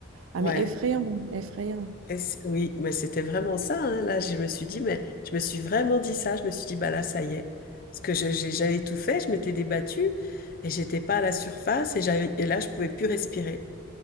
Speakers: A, on the right (about 75°); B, on the left (about 45°).
A: Ah,
B: Ouais,
A: mais effrayant, effrayant.
B: et c'est- oui, mais c'était vraiment ça, hein. Là, je me suis dit, mais je me suis vraiment dit ça. Je me suis dit, bah là, ça y est. Parce que je- j'ai- j'avais tout fait, je m'étais débattue et j'étais pas à la surface et j'avais, et là, je pouvais plus respirer.